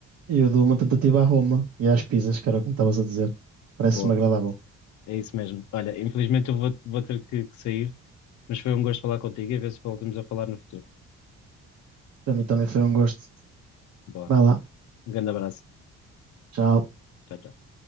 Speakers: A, on the right; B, on the left.
A: E eu dou uma tentativa à Roma e às pizzas, que era o que me estavas a dizer. Parece-me
B: Boa,
A: agradável.
B: é isso mesmo. Olha, infelizmente eu vou, vou ter que, que sair, mas foi um gosto falar contigo e ver se voltamos a falar no futuro.
A: Para mim também foi um gosto.
B: Boa,
A: Vai lá,
B: um grande abraço.
A: tchau.
B: Tchau, tchau.